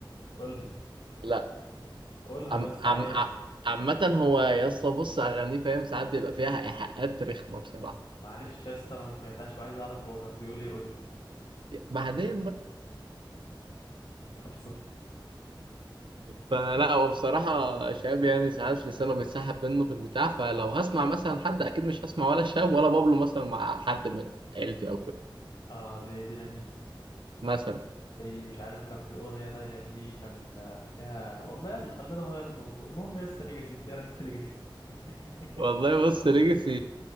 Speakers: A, on the left; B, on the right.
A: قولها
B: لا
A: قولها
B: عم
A: يا اسطى
B: عم
A: عادي
B: ع- عامة هو يا اسطى بص أغانيه فاهم ساعات بيبقى فيها إيحاءات رخمة بصراحة
A: معلش يا اسطى انا ما سمعتهاش وعايز اعرف هو كان بيقول ايه قول لي
B: بعدين بقى
A: <laughs> خلصان
B: فلا هو بصراحة شاب يعني ساعات لسانه بيتسحب منه في البتاع فلو هسمع مثلا حد أكيد مش هسمع ولا شاب ولا بابلو مثلا مع حد من عيلتي أو كده
A: اه زي ديناميت
B: مثلا
A: زي مش عارف كان في اغنيه تانية ليه كان آه، فيها والله يلا خلينا نغير الموضوع المهم يا اسطى ليجاسي انت إيه رايك في ليجاسي <laughs>
B: والله بص ليجاسي